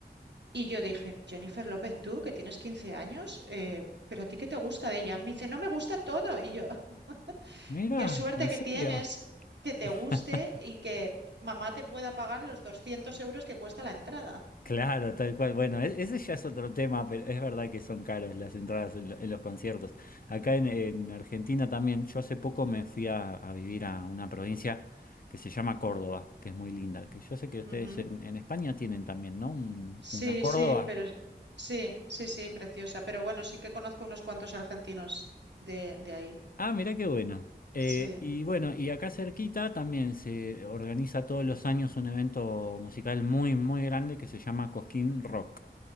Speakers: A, on the right; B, on the left.
A: Y yo dije, Jennifer López, tú que tienes 15 años, eh, pero a ti qué te gusta de ella? Me dice, no me gusta todo. Y yo, <laughs>
B: Mira,
A: qué suerte
B: ¿en
A: que
B: serio?
A: tienes que te
B: <laughs>
A: guste y que mamá te pueda pagar los doscientos euros que cuesta la entrada.
B: Claro, tal cual. Bueno, e- ese ya es otro tema, pero es verdad que son caras las entradas en, lo- en los conciertos. Acá en, en Argentina también, yo hace poco me fui a, a vivir a una provincia que se llama Córdoba, que es muy linda, que yo sé que ustedes
A: Ujú.
B: en, en España tienen también, ¿no? Un-
A: Sí,
B: una Córdoba.
A: sí, pero es- sí, sí, sí, preciosa. Pero bueno, sí que conozco unos cuantos argentinos de, de ahí.
B: Ah, mirá qué bueno. Eh,
A: Sí,
B: y bueno, y acá cerquita también se organiza todos los años un evento musical muy, muy grande que se llama Cosquín Rock.